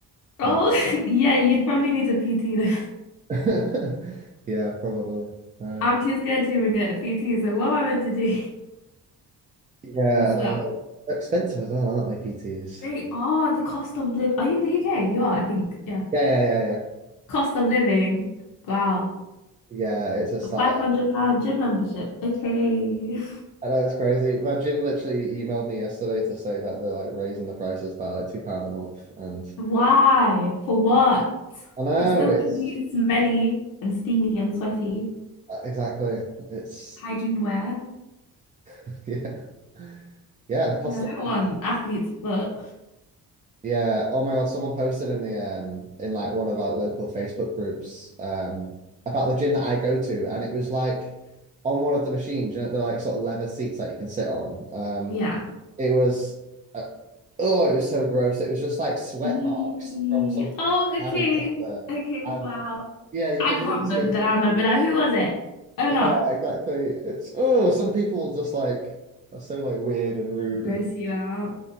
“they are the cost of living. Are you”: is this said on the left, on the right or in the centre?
Left